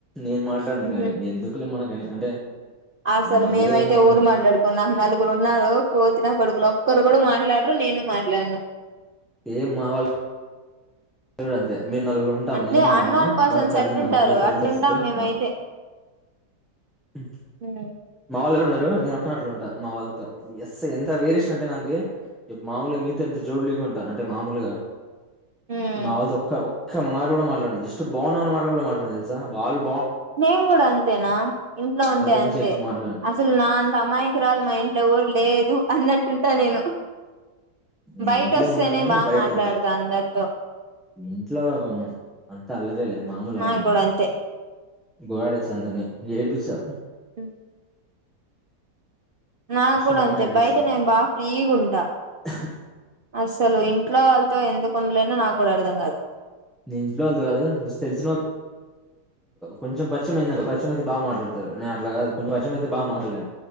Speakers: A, in the centre; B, on the right.
A: నేను మాట్లాడను
B: మ్హూ
A: కానీ ఎందుకులే మన కాని అంటే
B: అసలు
A: మళ్ళా
B: మేమైతే
A: ఏమో అనుకుంటా.
B: ఊరు మాట్లాడుకున్నా నలుగురు ఉన్నారు కోచిన కొడుకులు ఒక్కరు కూడా మాట్లాడరు నేను మాట్లాడను
A: ఏం మావళ <unintelligible> అంతే మేం నలుగురు ఉంటాం
B: అంటే
A: నేను మా
B: అన్నోన్
A: అన్న
B: పర్సన్స్
A: మా కజిన్
B: ఎట్టుంటారు
A: కజిన్
B: అట్టుంటాం
A: <unintelligible>
B: మేమైతే
A: ఉమ్
B: మ్మ్
A: మావాళ్ళెవరు ఉండ్ రు నేను ఒక్కనే అట్ల ఉంటా మా వాళ్ళతో ఎస్ ఎంత వేరియేషన్ అంటే నాకు మా వాళ్ళు మీతో ఎ జౌల్గా ఉంటా అంటే మామూలుగా
B: మ్మ్
A: మా వాళ్ళతో ఒక్క ఒక్క మాట కూడా మాట్లాడను జస్ట్ బాగున్నావా అన్న మాట కూడా మాట్లాడను తెల్స వాలు
B: నేను కూడా అంతేనా ఇంట్లో ఉంటే
A: అంతకుమించి
B: అంతే
A: ఎక్కువ మాట్లాడను
B: అసలు నా అంత అమాయకురాలు మా ఇంట్లో ఎవరు లేదు అన్నట్టు ఉంటా నేను
A: నేను
B: బయటొస్తేనే
A: ఇంట్లో ఉన్నాను గాని
B: బా
A: బయట
B: మాట్లాడతా
A: అంతా
B: అందరితో
A: ఇంట్లో అంతా అల్లరేలే మామూలు అల్లరి
B: నాకు
A: కాదు
B: కూడా అంతే
A: గోడారిస్తా అందరినీ ఏడిపిస్తా
B: ఉమ్ నాగూడా
A: ఫస్ట్ మా అమ్మని
B: అంతే
A: ఏడిపిచ్చా
B: బయట నేను బా ఫ్రీగుంటా
A: <inaudible>
B: అసలు ఇంట్లో వాళ్ళతో ఎందుకు ఉండలేను నాకు కూడా అర్థం కాదు
A: నే ఇంట్లో వాళ్ళదు కాదు జస్ తెలిసిన వాళ్ కొంచెం పరిచయమైందానుకో పరిచయం అయితే బా మాట్లాడతారు నేను అట్ల కాదు కొంచం పరిచయం అయితే బా మాట్లాడలేను